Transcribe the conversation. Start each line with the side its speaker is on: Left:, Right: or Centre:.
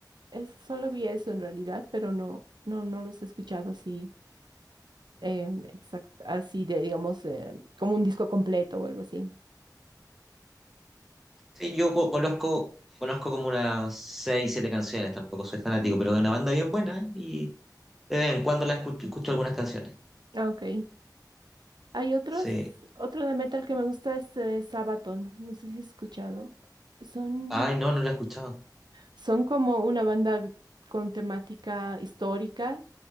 Right: es, solo vi eso en realidad, pero no, no, no los he escuchado así, em, exact- así de, digamos, em, como un disco completo o algo así.
Centre: Sí, yo co- conozco, conozco como unas seis, siete canciones, tampoco soy fanático,
Right: Mm.
Centre: pero es una banda bien buena y de vez en cuando la escucho, escucho algunas canciones,
Right: Ah, Ok, hay otros,
Centre: sí.
Right: otro de metal que me gusta es eh, Sabaton, no sé si has escuchado. Son
Centre: Ay, no, no la he escuchado.
Right: Son como una banda con temática histórica